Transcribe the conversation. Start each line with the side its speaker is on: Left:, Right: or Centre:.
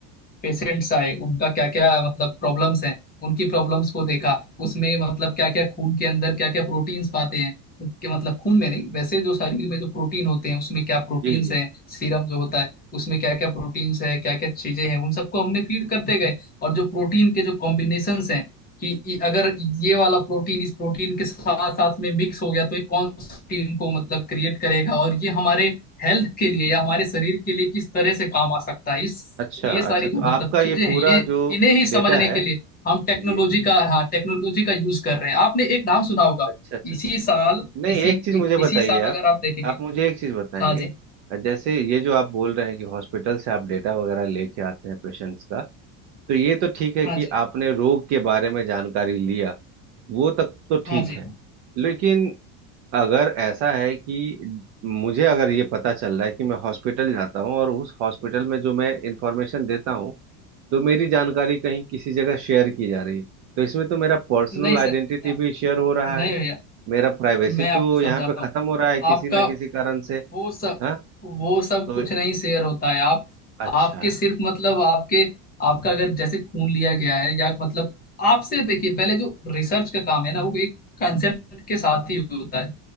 Left: पेशेंट्स आए उनका क्या क्या मतलब प्रॉब्लम्स हैं उनकी प्रॉब्लम्स को देखा
Right: है
Left: उसमें मतलब क्या क्या खून के अंदर क्या क्या प्रोटीन्स पाते हैं कि मतलब खून में नहीं वैसे जो शरीर में जो प्रोटीन होते हैं उसमें क्या प्रोटीन्स
Right: जी जी जी।
Left: हैं सीरम जो होता है उसमें क्या क्या प्रोटीन्स है क्या क्या चीजें हैं उन सबको हमने फीड करते गए और जो प्रोटीन के जो कॉम्बिनेशंस हैं कि इ- अगर ये वाला प्रोटीन इस प्रोटीन के साथ साथ में मिक्स हो गया तो ये कौन सा प्रोटीन को मतलब क्रिएट करेगा और ये हमारे हेल्थ के लिए या हमारे शरीर के लिए किस तरह से काम आ सकता है इस
Right: अच्छा
Left: ये
Right: अच्छा
Left: सारी
Right: तो
Left: जो मतलब
Right: आपका ये
Left: चीजें
Right: पूरा
Left: हैं इन्हें
Right: जो
Left: इन्हें ही समझने
Right: डेटा है
Left: के लिए हम टेक्नोलॉजी
Right: जी
Left: का हाँ टेक्नोलॉजी का यूज कर रहे हैं आपने एक नाम सुना होगा
Right: अच्छा अच्छा
Left: इसी साल
Right: नहीं
Left: इसी
Right: एक चीज
Left: इ,
Right: मुझे बताइए
Left: इसी साल
Right: आप
Left: अगर आप देखेंगे
Right: आप मुझे एक चीज बताएंगे
Left: हाँ जी
Right: जैसे ये जो आप बोल रहे हैं कि हॉस्पिटल से आप डेटा वगैरह लेके आते हैं पेशेंट्स का तो ये तो ठीक है
Left: हाँ
Right: कि
Left: जी
Right: आपने रोग के बारे में जानकारी लिया वो तक तो ठीक
Left: हाँ जी
Right: है लेकिन अगर ऐसा है कि मुझे अगर ये पता चल रहा है कि मैं हॉस्पिटल जाता हूँ और उस हॉस्पिटल में जो मैं इंफॉर्मेशन देता हूँ तो मेरी जानकारी कहीं किसी जगह शेयर की जा रही है तो इसमें तो मेरा पर्सनल
Left: नहीं सर
Right: आइडेंटिटी भी शेयर हो रहा
Left: नहीं
Right: है
Left: भैया
Right: मेरा प्राइवेसी
Left: मैं आपको
Right: तो
Left: समझाता
Right: यहाँ पे खत्म
Left: हूँ
Right: हो रहा है किसी
Left: आपका
Right: न किसी कारण से
Left: वो सब
Right: हाँ
Left: वो सब
Right: तो
Left: कुछ नहीं शेयर होता है आप
Right: अच्छा
Left: आपके सिर्फ मतलब आपके आपका अगर जैसे खून लिया गया है या मतलब आपसे देखिए पहले जो रिसर्च का काम है ना वो एक कंसेंट के साथ ही होता है